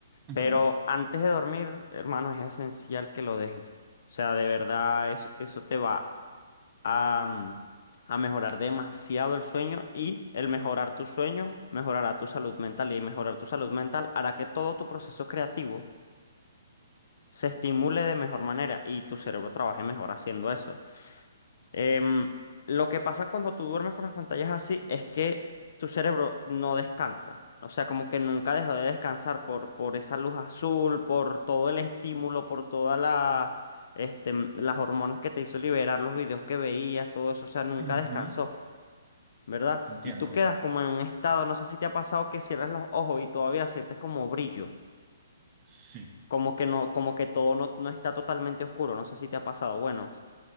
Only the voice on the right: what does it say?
Ujú,
ujú,
Entiendo.
Sí,